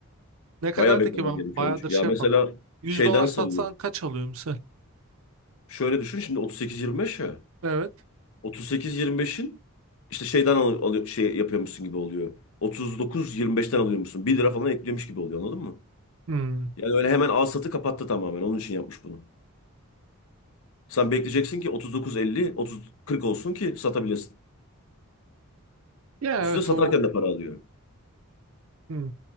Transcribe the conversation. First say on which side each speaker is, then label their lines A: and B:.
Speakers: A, on the right (about 65°); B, on the left (about 60°).
A: ne kadardı
B: Bayağı beklemen
A: ki ben
B: gerekiyor
A: bayağıdır
B: onu. Ya
A: şey
B: mesela
A: yapmadım. 100
B: şeyden
A: dolar
B: sayıyor.
A: satsan kaç alıyor misal?
B: Şöyle düşün şimdi 38-25 ya.
A: Evet.
B: 38-25'in işte şeyden al- alıyor, şey yapıyormuşsun gibi oluyor. 39-25'ten alıyormuşsun. Bir lira falan ekliyormuş gibi oluyor anladın mı?
A: Hmm.
B: Yani öyle hemen al satı kapattı tamamen. Onun için yapmış bunu. Sen bekleyeceksin ki 39-50, 30-40 olsun ki satabilesin.
A: Ya
B: Üstüne
A: evet
B: satarken
A: o
B: de para alıyor.
A: hmm.